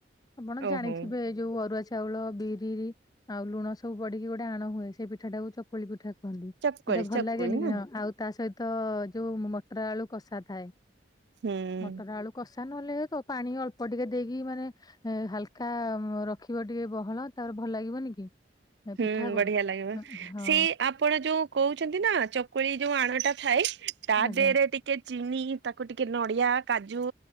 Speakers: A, on the left; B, on the right.
A: ଆପଣ
B: ଓହୋ
A: ଜାଣିଥିବେ ଯୋଉଁ ଅରୁଆ ଚା ଚାଉଳ ବିରି ଆଉ ଲୁଣ ସବୁ ପଡିକି ଗୋଟେ ଆଣ ହୁଏ ସେ ପିଠା ଟାକୁ ଚକୁଳି ପିଠା କୁ
B: ଚକୁଳି
A: ସେଇଟା ଭଲ
B: ଚକୁଳି
A: ଲାଗେନି କି
B: ନା
A: ହଁ ଆଉ ତା ସହିତ ଯୋଉ ମଟର ଆଳୁ କଷା ଥାଏ।
B: ହୁଁ
A: ମଟର ଆଳୁ କସ କଷା ନହେଲେ ତୋ ପାଣି ଅଳ୍ପ ଟିକେ ଦେଇକି ମାନେ- ହାଲକା ରଖିବ ଟିକେ ବହଳ ତାର ଭଲ ଲାଗିବନି କି?
B: ହୁଁ
A: ପିଠାକୁ?
B: ବଢିଆ ଲାଗିବ
A: ହଁ
B: ସେ ଆପଣ ଯୋଉ କହୁଛନ୍ତି ନା ଚକୁଳି ଯୋଉ ଆଣଟା ଥାଇ ତା
A: ଆଜ୍ଞା
B: ଦେହରେ ଟିକେ ଚିନି ତାକୁ ଟିକେ ନଡିଆ କାଜୁ